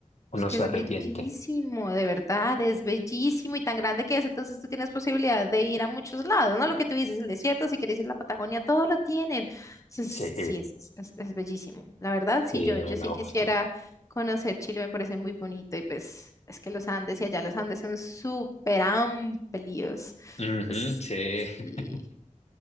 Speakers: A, on the left; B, on the left.
A: uno
B: Es que
A: se
B: es
A: arrepiente.
B: bellísimo, de verdad, es bellísimo y tan grande que es. Entonces tú tienes posibilidad de ir a muchos lados, ¿no? Lo que tú dices, el desierto, si quieres ir a la Patagonia, todo lo tienen. Entonces,
A: Sí,
B: sí, es, es, es bellísimo. La verdad, sí,
A: sí,
B: yo, yo
A: me
B: sí
A: gusta.
B: quisiera conocer Chile, me parece muy bonito. Y pues es que los Andes y allá los Andes son súper amplios.
A: Ujú,
B: Es-
A: sí,
B: y,
A: <laughs>